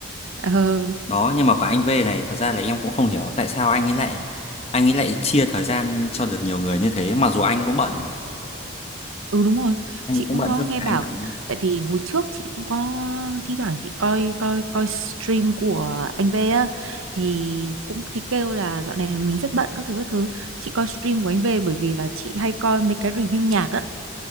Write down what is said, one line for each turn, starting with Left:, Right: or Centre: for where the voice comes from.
Right: Ờ,
Left: đó nhưng mà quả anh V này thật ra là em cũng không hiểu tại sao anh ấy lại anh ấy lại chia thời gian cho được nhiều người như thế mặc dù anh cũng bận mà
Right: ừ đúng rồi
Left: anh
Right: chị
Left: cũng
Right: cũng
Left: bận
Right: có
Left: chứ
Right: nghe
Left: phải
Right: bảo
Left: anh rảnh không
Right: tại vì hồi trước chị cũng có thi thoảng chị coi coi coi stream của anh V á thì cũng thì kêu là dạo này mình rất bận các thứ các thứ chị coi stream của anh V bởi vì là chị hay coi mấy cái review nhạc á